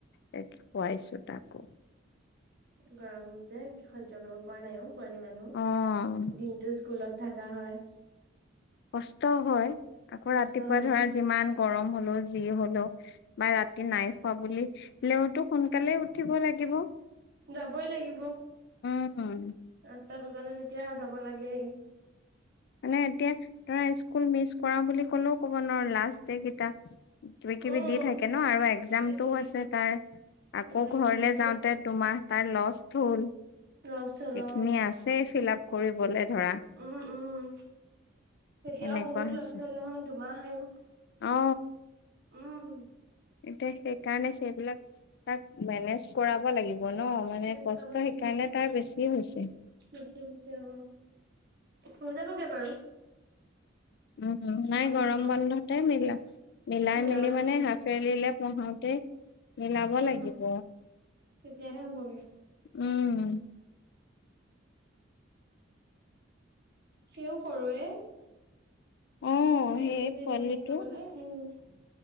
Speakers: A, on the left; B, on the right.
A: <unintelligible> তাকো।
B: গৰম যে সহ্য কৰিব পৰা নাইও পোৱালি মানুহ,
A: অ'।
B: দিনতটো স্কুলত থাকা হয়।
A: কষ্ট হয়। আকৌ
B: কষ্ট
A: ৰাতিপুৱা
B: হয়
A: ধৰা যিমান গৰম হ'লেও যি হ'লেও বা ৰাতি নাই কোৱা বুলি <unintelligible> সোনকালে উঠিব লাগিব।
B: যাবই লাগিব।
A: উ, উম।
B: আঠটা বজালে তেতিয়া যাব লাগেই।
A: মানে এতিয়া ধৰা, স্কুল মিচ কৰা বুলি ক'লেও ক'ব নোৱাৰো লাষ্ট ডে কিটা কিবা কিবি
B: উম
A: দি থাকে ন', আৰু এক্জামটোও
B: কি থাকে
A: আছে তাৰ। আকৌ
B: এক্জামটো
A: ঘৰলে
B: আছে
A: যাওঁতে দুমাহ তাৰ লষ্ট হ'ল।
B: লষ্ট হল
A: এখিনি
B: অ
A: আছে, ফিলআপ কৰিবলে। ধৰা
B: উম, উম। তেতিয়াও
A: এনেকুৱা
B: বহুত
A: হৈছে
B: লষ্ট হ'ল নহয় দুমাহ আৰু।
A: অ
B: উম।
A: এতিয়া সেইকাৰণে সেইবিলাক তাক মেনেজ কৰাব লাগি ব ন'। মানে
B: মেনেজ
A: কষ্ট
B: কৰিব লাগিব
A: সেইকাৰণে তাৰ বেছি হৈছে।
B: বেছি বেছি অ হৈ যাবগে বাৰু
A: উম, উম। নাই
B: বন্ধ
A: গৰম বন্ধতে মিলা মিলাই
B: মিলাব
A: মেলি
B: লাগিব
A: মানে হাফইয়াৰলিলে পঢ়াওতে মিলাব
B: উম
A: লাগিব।
B: তেতিয়াহে হবগে
A: উম <inaudible>
B: সিও সৰুৱে
A: অ
B: পাৰিছে
A: সেই
B: যে
A: পোৱালিটো
B: ইমান হেৰি কৰিবলৈ। উম।